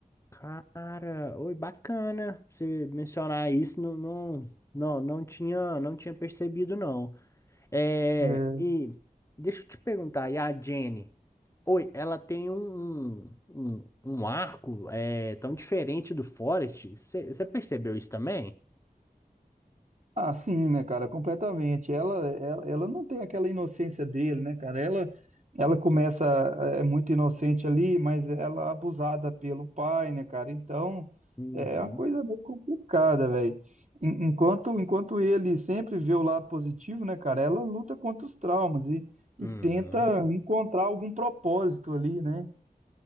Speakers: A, on the left (about 20°); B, on the right (about 50°).
A: Cara, oi, bacana você mencionar isso, não, não, não, não tinha, não tinha percebido, não. É,
B: É,
A: e deixa eu te perguntar, e a Jenny? Oi, ela tem um, um, um um arco é, tão diferente do Forest? Você percebeu isso também?
B: Ah, sim, né, cara, completamente. Ela, ela, ela não tem aquela inocência dele, né, cara? Ela, ela começa é é muito inocente ali, mas ela é abusada pelo pai, né, cara? Então,
A: Uhum.
B: é uma coisa meio complicada, velho. En- Enquanto, enquanto ele sempre vê o lado positivo, né, cara? Ela luta contra os traumas e, e
A: Uhum.
B: tenta encontrar algum propósito ali, né?